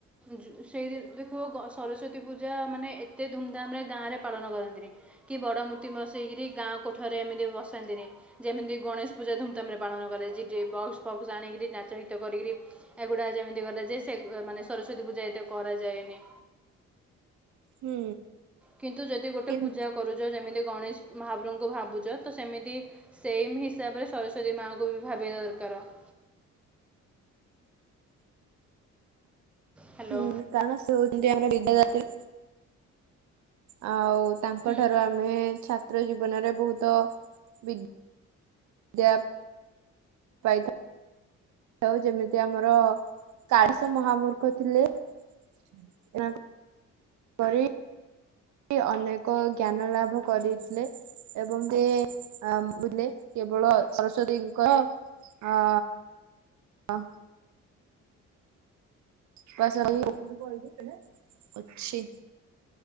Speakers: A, in the centre; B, on the right.
A: ଯେ ସେ ଦେଖିବ ଗ ସରସତି ପୂଜା ମାନେ ଏତେ ଧୁମଧାମ ରେ ଗାଁରେ ପାଳନ କରନ୍ତିି ନି ବଡ ମୂର୍ତ୍ତି ବସେଇକିରି ଗାଁ କୋଠରେ ଏମିତି ବସ ନ୍ତିନି ଯେମିତି ଗଣେଶ ପୂଜା ଧୁମ ଧାମ ରେ ପାଳନ କରା ଯାଏ ଡିଜେ ବକ୍ସ ଆଣିକରି ନାଚ ଗିତ କରିକି ଏଗୁଡା ଯେମିତି କଲେ ଯେ ମାନେ ସରସ୍ଵତୀ ପୂଜା ଏତେ କରାଯାଏ ନି।
B: ହୁଁ।
A: କିନ୍ତୁ ଯଦି ଗୋଟେ
B: କିନ୍ତୁ
A: ପୂଜା କରୁଛ ଯେମିତି ଗଣେଶ ମହାପ୍ରଭଙ୍କୁ ଭାବୁଛ ତ ସେମିତି ସେମ୍ ହିସାବରେ ସରସ୍ଵତୀ ମାଆଙ୍କୁ ବି ଭାବିବା ଦରକାର। <inaudible> ହ୍ୟାଲୋ
B: ହ କାରଣ ସେ ହଉଛନ୍ତି ଆମର ବିଦ୍ୟା ଦାତ୍ରୀ। ଆଉ ତାଙ୍କ
A: ହୁଁ
B: ଠାରୁ
A: ହୁଁ
B: ଆମେ ଛାତ୍ର ଜୀବନରେ ବହୁତ ବି ଦ୍ୟା ପ। ପାଇଥାଉ। ଉ ଯେମିତି ଆମର କାଳିଶ ମହାମୂର୍ଖ ଥିଲେ। <unintelligible> କରି ଅନେକ ଜ୍ଞାନ ଲାଭ କରିଥିଲେ ଏବଂ ସେ ଆ ବୁଲେ କେବଳ ସରସ୍ଵତୀଙ୍କ ଅ ହ। ବାସ୍ <unintelligible> ଅଛି।